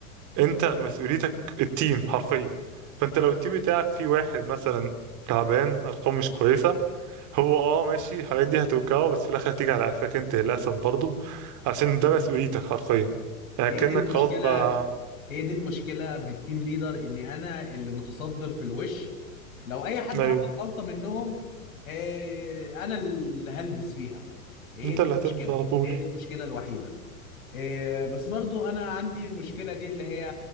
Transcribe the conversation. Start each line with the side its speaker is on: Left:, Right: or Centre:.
Right: أنت مسؤوليتك التيم حرفيا فأنت لو التيم بتاعك فيه واحد مثلا تعبان أرقام مش كويسة هو أه ماشي الحاجات دي هتوجهه بس في الآخر هتيجي على قفاك أنت للأسف برضه عشان ده مسؤوليتك حرفيا يعني
Left: هي
Right: كأنك
Left: دي المشكله
Right: خلاص بقى
Left: هي دي المشكله في التيم ليدر ان انا اللي متصدر في الوش لو اي حد
Right: ايوه
Left: عمل غلطه منهم آه، انا اللي هلبس فيها هي
Right: انت
Left: دي
Right: اللي
Left: المشكله
Right: هتلبس على طول
Left: هي دي المشكله الوحيده إيه، بس برضو انا عندي المشكله دي اللي هي